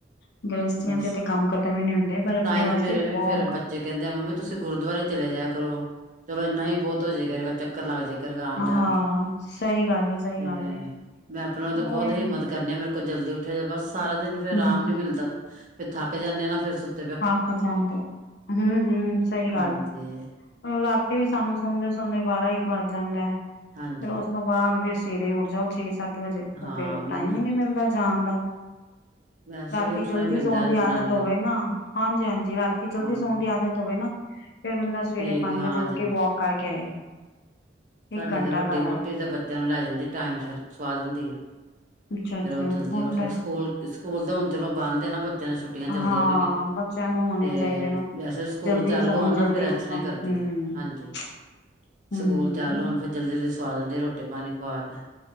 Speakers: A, on the left; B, on the right.
A: ਹਾ। ਗ੍ਰਸੀਆਂ
B: ਬਸ
A: ਤੇ ਤਾਂ ਕੰਮ ਖਤਮ ਈ ਨੀ ਹੁੰਦੇ, ਪਰ ਆਪਣੇ
B: ਤਾਂ ਹੀ
A: ਵਾਸਤੇ
B: ਤੇ ਮੇਰੇ ਵੀ
A: ਵਾਕ
B: ਫੇਰ ਬੱਚੇ ਕਹਿੰਦੇ ਆ ਮੰਮੀ ਤੁਸੀਂ ਗੁਰਦੁਆਰੇ ਚਲੇ ਜਾਇ ਕਰੋ, ਚਲੋ ਇੰਨਾ ਈ ਬੋਤ ਹੋ ਜੇ ਕਰੇਗਾ ਚਕ ਚੱਕਰ ਲੱਗ ਜਾਇਆ ਕਰੇਗਾ ਆਨ-
A: ਹਾਂ
B: ਜਾਨ 'ਚ,
A: ਸਹੀ ਗੱਲ ਹੈ ਸਹੀ
B: ਤੇ
A: ਗੱਲ ਹੈ
B: ਮੈਂ ਆਪਨਾ ਤੇ
A: ਉਹੀ
B: ਬੋਤ ਹੀ
A: ਨਾ
B: ਮਦ ਕਰਨੇ ਆ, ਮੇਰੇ ਕੋਲ ਜਲਦੀ ਉੱਠਿਆ ਜਾ ਬਸ ਸਾਰਾ ਦਿਨ ਫਿਰ
A: ਹਮ
B: ਆਰਾਮ
A: ਹਮ
B: ਨੀ ਮਿਲਦਾ, ਫਿਰ ਥੱਕ ਜਾਂਨੇ ਆ ਨਾ ਫੇਰ ਸੁਤ
A: ਅੱਕ ਜਾਂਦਾ, ਹੂੰ-ਹੂੰ, ਸਹੀ
B: ਹਾਂਜੀ
A: ਗੱਲ ਏ। ਰਾਤੀ ਵੀ ਸਾਨੂੰ ਸੌਦੇ-ਸੌਦੇ ਬਾਰਾਂ-ਇੱਕ ਵੱਜ ਜਾਂਦੈ,
B: ਹਾਂਜੀ
A: ਫਿਰ ਉਸ ਉਸ ਤੋਂ ਬਾਦ ਫੇਰ ਸਵੇਰੇ ਉੱਠ ਜਾਓ ਛੇ- ਸੱਤ ਵਜੇ, ਉਹ
B: ਹਾਂ
A: ਫੇਰ
B: ਉਹੀ
A: ਟਾਈਮ
B: ਹੈ ਨਾ
A: ਈ ਨੀ ਮਿਲਦਾ। ਜਾਨ ਦਾ,
B: ਵੈਸੇ
A: ਰਾਤੀ
B: ਵੀ ਉੱਠਣਾ
A: ਜਲਦੀ
B: ਹੀ ਪੈਂਦਾ
A: ਸੋਨ ਦੀ
B: ਜਨਾਨੀਆਂ
A: ਆਦਤ ਹੋਵੇ
B: ਨੂੰ
A: ਨਾ। ਹਾਂਜੀ-ਹਾਂਜੀ, ਰਾਤੀ ਜਲਦੀ
B: ਹਾਂ
A: ਸੋਨ ਦੀ ਆਦਤ ਹੋਵੇ ਨਾ, ਫੇਰ ਬੰਦਾ ਸਵੇਰੇ
B: ਠੀਕ
A: ਪੰਜ
B: ਹੈ, ਹਾਂ
A: ਵਜੇ ਉੱਠ
B: ਜਲਦੀ
A: ਕੇ ਵੋਕ ਕਰਕੇ ਆਏ
B: ਸਾਡੀ
A: ਇੱਕ ਘੰਟਾ
B: ਤੇ ਵੱਡੀ
A: ਕਰ
B: ਵਹੁਟੀ
A: ਆਏ
B: ਤਾਂ ਬੱਚਿਆਂ ਨੂੰ ਲੈ ਜਾਂਦੀ ਟਾਈਮ ਸਿਰ, ਸਵਾ ਦਿੰਦੀ ਏ।
A: ਅੱਛਾ ਅੱਛਾ
B: ਫੇਰ ਉਹ ਜਲਦੀ
A: ਹੁੰਦਾ
B: ਉੱਠ ਸਕੂਲ- ਸਕੂਲ ਤਾਂ ਹੁਨ ਚਲੋ ਬੰਦ ਏ ਨਾ, ਬ ਚਲ, ਛੁੱਟੀਆਂ ਚੱਲਦੀਆਂ
A: ਹਾਂ
B: ਪਈਆਂ
A: ਬੱਚਿਆਂ ਨੂੰ ਹੋਣੇ
B: ਤੇ
A: ਚਾਹੀਦੇ ਨੇ
B: ਜੈਸੇ ਸਕੂਲ
A: ਜਲਦੀ
B: ਚਾਲੂ
A: ਸੌਣ
B: ਹੋਨ
A: ਜਲਦੀ
B: ਨਾ, ਫਿਰ
A: ਉੱਠਣ
B: ਸਹੀ ਕਰਦੀ
A: ਹੂੰ
B: ਏ ਹਾਂਜੀ।
A: <inaudible> ਹੂੰ
B: ਸਕੂਲ ਚਾਲੂ ਹੋਨ, ਫਿਰ ਜਲਦੀ-ਜਲਦੀ ਸਵਾ ਦੇਂਦੀ ਏ, ਰੋਟੀ-ਪਾਨੀ ਖਵਾ ਕੇ।